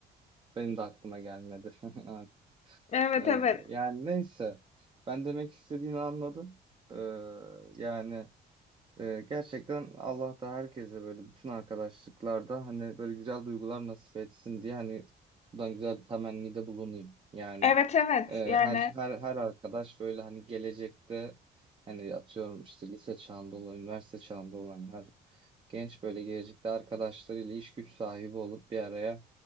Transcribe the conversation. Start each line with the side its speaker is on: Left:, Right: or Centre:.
Right: Benim de aklıma gelmedi. <laughs> Evet.
Left: Evet
Right: Ee,
Left: evet.
Right: yani neyse. Ben demek istediğini anladım. Ee, yani ee, gerçekten Allah da herkese böyle bütün arkadaşlıklarda hani böyle güzel duygular nasip etsin diye hani buradan güzel bir temennide bulunayım. Yani
Left: Evet evet
Right: e,
Left: yani
Right: her her her arkadaş böyle hani gelecekte hani atıyorum işte lise çağında olan, üniversite çağında olan her genç böyle gelecekte arkadaşlarıyla iş güç sahibi olup bir araya